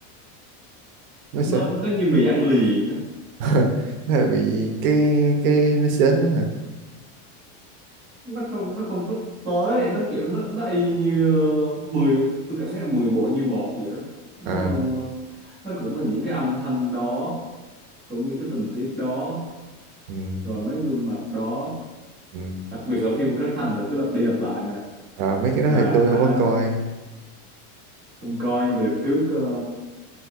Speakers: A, on the right; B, in the centre.
A: nó sao
B: nó nó như mì ăn liền á
A: <laughs> nó là bị cái cái nó sến quá hả
B: nó không nó không có tới nó kiểu nó nó y như ờ, 10 tôi cảm thấy là 10 bộ như một vậy đó nó
A: à
B: nó cũng là những cái âm thanh đó cũng những cái tình tiết đó
A: ừ,
B: rồi mấy gương mặt đó
A: ừ.
B: đặc biệt là phim của Trấn Thành là cứ lặp đi lặp lại nè
A: À, mấy cái đó
B: là
A: thì tôi
B: hả
A: không có coi
B: không coi nhưng mà được trước ờ,